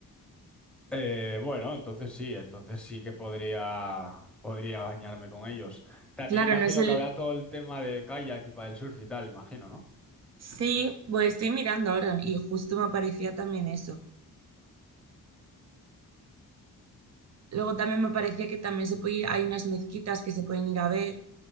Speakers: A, in the centre; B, on the right.
A: Eh, bueno, entonces sí, entonces sí que podría, podría bañarme con ellos. También
B: Claro,
A: imagino
B: no es el...
A: que habrá todo el tema de kayak y el surf y tal, imagino, ¿no?
B: Sí, pues estoy mirando ahora y justo me aparecía también eso. Luego también me parecía que también se puede ir- hay unas mezquitas que se pueden ir a ver